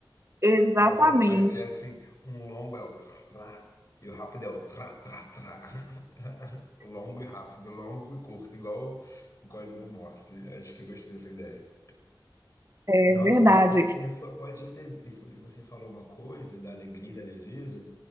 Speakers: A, on the right; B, on the left.
A: Exatamente,
B: Vai, fazer, vai ser assim, um longo é o tra, e o rápido é o tra, tra, tra. <laughs> Longo e rápido, longo e curto, igual o código Morse. Acho que eu gostei dessa ideia.
A: é
B: Nossa,
A: verdade.
B: e você foi- pode ter. e Você falou uma coisa da alegria, da leveza.